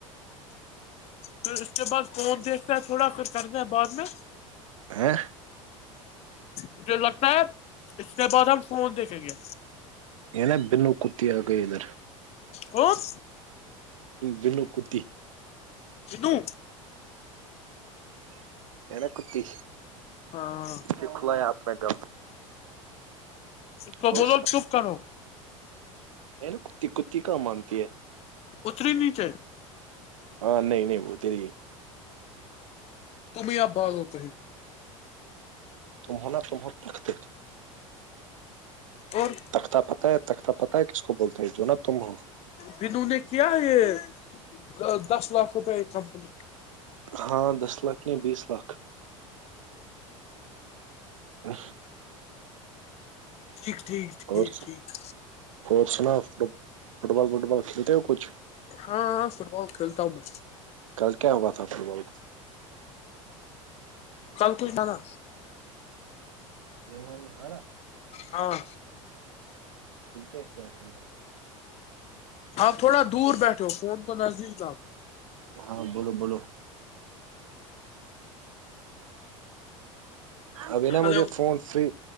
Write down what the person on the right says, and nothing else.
ہیں
ان بن کتییہ آ گ اھر
بلو کتی
ا کتی
سکھ لایا اپنا گل
اور
ار کتی کتی کام آنتی ہے
ہاں نہیں نہیں وہ تری
تمہوں نا تمہ تختے
تختہ پت ہے تخت پتتا ہے کس کو بولتا ہے جو نا تم ہو
ہاں دس لاکھ نہیں بیس لاکھ ا
اور
اور سنا فٹ فٹ بال وٹ بال کھیلتے ہو کچھ
کل کیا ہوا تھا فٹ بال کو
محمان نے ہارا
کرکٹ کل ہیں
ہاں بولو بو ابھی نا
مجھے phone free